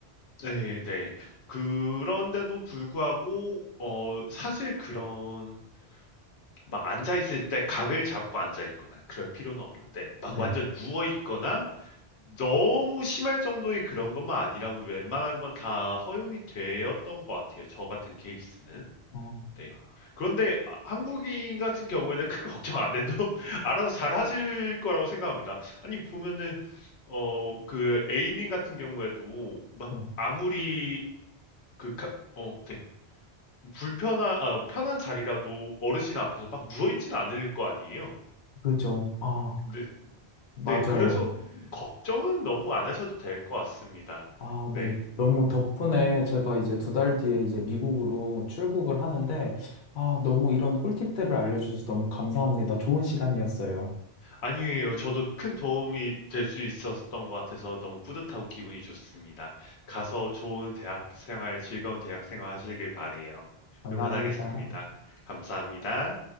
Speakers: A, on the left; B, on the left.
A: 네, 네. 그런데도 불구하고, 어, 사실 그런, 막 앉아있을 때 각을 잡고 앉아있거나 그럴 필요는 없는데, 막
B: 네.
A: 완전 누워있거나 너무 심할 정도의 그런 것만 아니라면 웬만한 건 다 허용이 되었던 것 같아요. 저 같은 케이스는.
B: 어,
A: 네. 그런데 아, 한국인 같은 경우에는 <laughs> 크게 걱정 안 해도 <laughs> 알아서 잘 하실 거라고 생각합니다. 아니, 보면은, 어, 그 A님 같은 경우에도 막
B: 네.
A: 아무리 그, 가- 어, 네. 불편한, 아, 편한 자리라도 어르신 앞에서 막 누워있진 않을 거 아니에요?
B: 그죠. 아,
A: 네,
B: 맞아요.
A: 네. 그래서 걱정은 너무 안 하셔도 될 것 같습니다.
B: 아,
A: 네.
B: 네. 너무 덕분에 제가 이제 두 달 뒤에 이제 미국으로 출국을 하는데, 아, 너무 이런 꿀팁들을 알려주셔서 너무 감사합니다. 좋은 시간이었어요.
A: 아니에요. 저도 큰 도움이 될 수 있었던 것 같아서 너무 뿌듯하고 기분이 좋습니다. 가서 좋은 대학 생활, 즐거운 대학 생활 하시길 바래요.
B: 감사합니다.
A: 응원하겠습니다. 감사합니다.